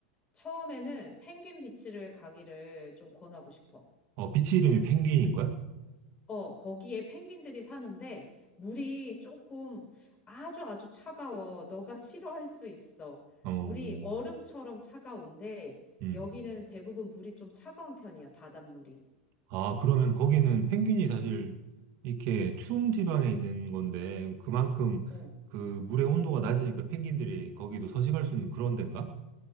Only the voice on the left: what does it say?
처음에는 펭귄 비치를 가기를 좀 권하고 싶어.
어, 거기에 펭귄들이 사는데 물이 조금 아주 아주 차가워. 너가 싫어할 수 있어.
물이 얼음처럼 차가운데
여기는 대부분 물이 좀 차가운 편이야, 바닷물이.
어,